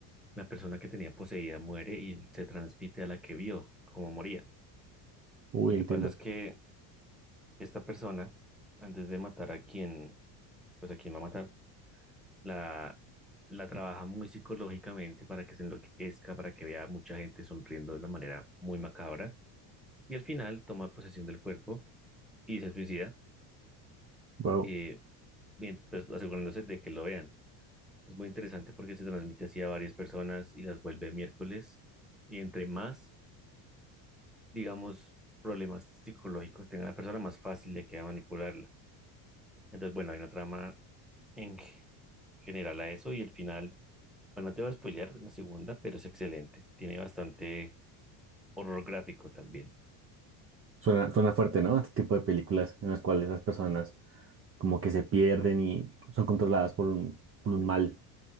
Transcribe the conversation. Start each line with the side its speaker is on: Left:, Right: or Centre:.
Centre: la persona que tenía poseída muere y se transmite a la que vio cómo moría.
Right: Uy,
Centre: Lo
Right: entiendo.
Centre: que pasa es que esta persona, antes de matar a quien, pues a quien va a matar, la, la trabaja muy psicológicamente para que se enloquezca, para que vea a mucha gente sonriendo de una manera muy macabra. Y al final toma posesión del cuerpo y se suicida,
Right: Wow.
Centre: eh, bien, pues asegurándose de que lo vean. Es muy interesante porque se transmite así a varias personas y las vuelve miércoles. Y entre más, digamos, problemas psicológicos tenga la persona, más fácil le queda manipularla. Entonces, bueno, hay una trama en g- general a eso y el final, bueno, no te voy a spoilear la segunda, pero es excelente. Tiene bastante horror gráfico también.
Right: Suena, suena fuerte, ¿no? Este tipo de películas en las cuales las personas como que se pierden y son controladas por un, por un mal.